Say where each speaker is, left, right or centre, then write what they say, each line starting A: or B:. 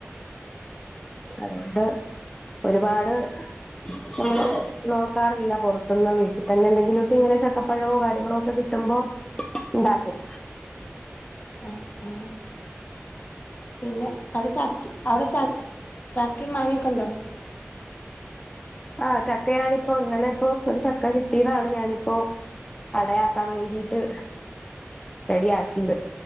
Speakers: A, on the left (about 15°); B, on the left (about 40°).
A: അതുകൊണ്ട് ഒരുപാട് നമ്മള് നോക്കാറില്ല പുറത്തുന്ന് വീട്ടി തന്നെ എന്തെങ്കിലുമൊക്കെ ഇങ്ങനെ ചക്കപ്പഴവൊ കാര്യങ്ങളോ ഒക്കെ കിട്ടുമ്പോ ഉണ്ടാക്കും
B: ആഹ് ആഹ് പിന്നെ അവിടെ ചക് അവിടെ ചക് ചാക്കിയും മാങ്ങയൊക്കെ ഉണ്ടോ
A: ആഹ് ചക്കയാണിപ്പോ ഇന്നലെ ഇപ്പോ ഒരു ചക്ക കിട് ട്ടിയതാണ് ഞാനിപ്പോ അടയാക്കാൻ വേണ്ടിട്ട് റെഡിയാക്കിത്